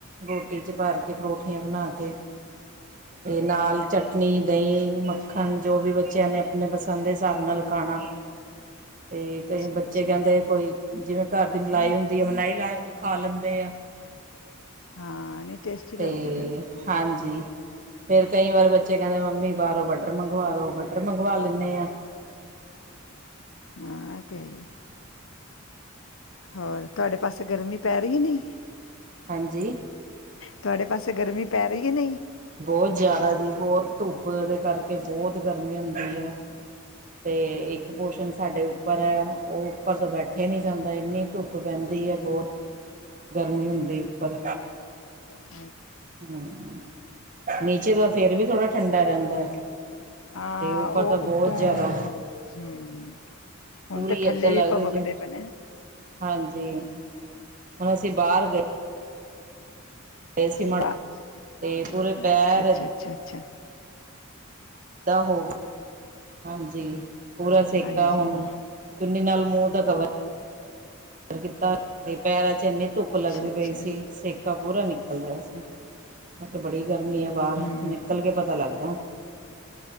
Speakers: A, on the right (about 40°); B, on the left (about 70°).
A: ਰੋਟੀ 'ਚ ਭਰ ਕੇ ਪਰੌਠੀਆਂ ਬਣਾ ਕੇ ਅਤੇ ਨਾਲ ਚਟਨੀ ਦਹੀਂ ਮੱਖਣ ਜੋ ਵੀ ਵਆ ਬੱਚਿਆਂ ਨੇ ਆਪਣੇ ਪਸੰਦ ਦੇ ਸਾਬ ਨਾਲਲ ਕਣਾ ਅਤੇ ਕਈ
B: ਅੱਛਾ, ਅੱਛਾ
A: ਬੱਚੇ ਕਹਿੰਦੇ ਕੋਈ ਜਿਵੇਂ ਘਰ ਦੀ ਮਲਾਈ ਹੁੰਦੀ ਆ ਮਨਾਈ ਲਾ ਵੀ ਖਾ ਲੈਂਦੇ ਆ
B: ਹਾਂ ਨਹੀਂ ਟੇਸਟੀ ਲੱਗਦੀ
A: ਤੇ
B: ਉਹਦੇ
A: ਹਾਂਜੀ ਫੇਰ ਕਈ ਵਾਰੀ ਬੱਚੇ ਕਹਿੰਦੇ ਮੰਮੀ ਬਾਹਰੋਂ ਬਟਰ ਮੰਗਵਾ ਦੋ ਬਟਰ ਮੰਗਵਾ ਲੈਂਦੇ ਆ
B: ਨਾਲ ਹਾਂ ਇਹ ਤੇ ਹੈਈਏ ਹੋਰ ਤੁਹਾਡੇ ਪਾਸੇ ਗਰਮੀ ਪੈ ਰਹੀ ਹੈ ਨਹੀਂੀ
A: ਹਾਂਜੀ
B: ਤੁਹਾਡੇ ਪਾਸੇ ਗਰਮੀ ਪੈ ਰਹੀ ਹੀ ਨਹੀਂ
A: ਬਹੁਤ ਜ਼ਿਆਦਾ ਜੀ ਬਹੁਤ ਧੁੱਪ ਦੇ ਕਰਕੇ ਬਹੁਤ ਗਰਮੀ ਹੁੰਦੀ ਹੈ ਤੇ ਇੱਕ ਕੁਪੋਸ਼ਣ ਸਾਡੇ ਉੱਪਰ ਹੈ ਉਹ ਉੱਪਰ ਤਾਂ ਬੈਠੇ ਨਹੀਂ ਜਾਂਦਾ ਇੰਨੀ ਧੁੱਪ ਪੈਂਦੀ ਹੈ ਬਹੁਤ ਗਰਮੀ ਹੁੰਦੀ ਉੱਪਰ
B: ਬ
A: ਹਮਮ ਨਹੀਂ ਫੇਰ ਵੀ ਥੋੜਾ ਠੰਡਾ ਰਹਿੰਦਾ ਹੈ
B: ਹਾਂ
A: ਤੇ ਉੱਪਰ
B: ਉਹ
A: ਤਾਂ
B: ਉੱਤੋਂ
A: ਬਹੁਤ ਜ਼ਿਆਦਾ
B: ਹਮ ਹੁਣ
A: ਪੂਰੀ
B: ਤੇ
A: ਇਏੱਦਾਂ
B: ਥੱਲੇ ਵੀ
A: ਲੱਗਦੀ
B: ਭਵਕਦੇ
A: ਜ
B: ਪਏ ਨੇ
A: ਹਾਂਜੀ ਹੁਣ ਅਸੀਂ ਬਾਹਰ ਗਏ ਗਏ ਸੀ ਮ
B: ੱ ਬਾ ਅੱਛਾ
A: ਤੇ ਪੂਰੇ ਪੈਰ
B: ਅੱਛਾ ਅੱਛਾ ਅੱਛਾ
A: ਹੋਵੇ ਹਾਂਜੀ ਪੂਰਾ ਸੇਕਾ
B: ਹਾਂਜੀ,
A: ਹੁਣ
B: ਹਾਂਜੀ
A: ਚੁੰਨੀ ਨਾਲ ਮੂੰਹ ਦਾ ਕਵਰ ਕੀਤਾ ਤੇ ਪੈਰਾਂ ਚ ਇੰਨੀ ਧੁੱਪ
B: ਅੱਛਾ,
A: ਲੱਗਦੀ
B: ਅੱਛਾ
A: ਪਈ ਸੀ ਸਿੱਖ ਕਾ ਪੂਰਾ ਨਿਕਲ ਰਿਹਾ ਸੀ ਮ ਕਿਹਾ ਬੜੀ ਗਰਮੀ ਹੈ ਬਾਹਰ
B: ਹਮ
A: ਨਿਕਲ ਕੇ ਪਤਾ ਲੱਗਦਾ